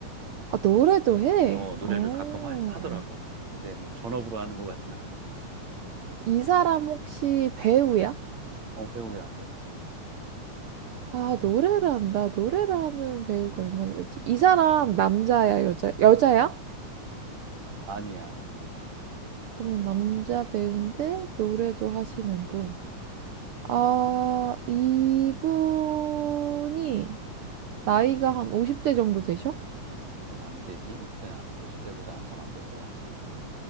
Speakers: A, on the right; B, on the right.
A: 아, 노래도 해.
B: 어, 노래를
A: 어,
B: 가끔 하, 하더라고. 근데 뭐 전업으로 하는 것 같진 않고.
A: 이 사람 혹시 배우야?
B: 어, 배우야, 배우야.
A: 아, 노래를 한다. 노래를 하는 배우가 얼마나 되지? 이 사람 남자야, 여자, 여자야?
B: 아니야.
A: 그러면 남자 배우인데 노래도 하시는 분. 아, 이분이 나이가 한 50대 정도 되셔?
B: 어, 안 되지. 50대, 오십 대보다 한참 안될 거야, 아마.